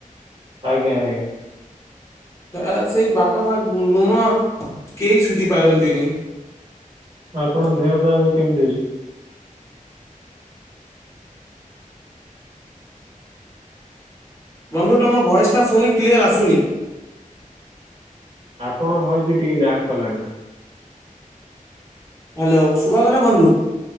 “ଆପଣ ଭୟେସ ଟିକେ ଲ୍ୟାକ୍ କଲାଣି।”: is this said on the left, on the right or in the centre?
Right